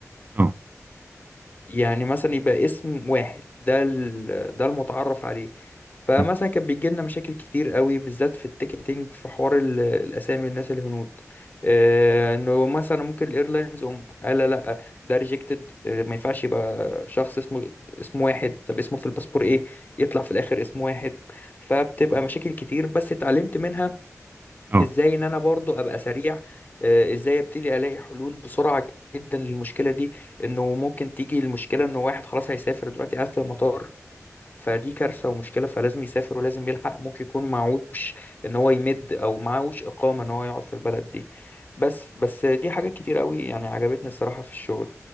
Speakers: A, on the right (about 35°); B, on the left (about 35°).
A: اه
B: يعني مثلا يبقى اسم واحد ده ال- ده المتعرف عليه فمثلا
A: امم
B: كان بيجي لنا مشاكل كتير قوي بالذات في التيكتنج في حوار ال- الاسامي الناس الهنود آه، انه مثلا ممكن الايرلاينز هم قال لا لا، ده ريجكتد ما ينفعش يبقى شخص اسمه اسم واحد طب اسمه في الباسبور ايه يطلع في الاخر اسم واحد فبتبقى مشاكل كتير بس اتعلمت منها
A: اه
B: ازاي ان انا برضو ابقى سريع آه، ازاي ابتدي الاقي حلول بسرعه جدا للمشكله دي انه ممكن تيجي المشكله انه واحد خلاص هيسافر دلوقتي قاعد في المطار فدي كارثه ومشكله فلازم يسافر ولازم يلحق ممكن يكون معوش ان هو يمد او معوش اقامه ان هو يقعد في البلد دي بس بس دي حاجات كتير قوي يعني عجبتني الصراحه في الشغل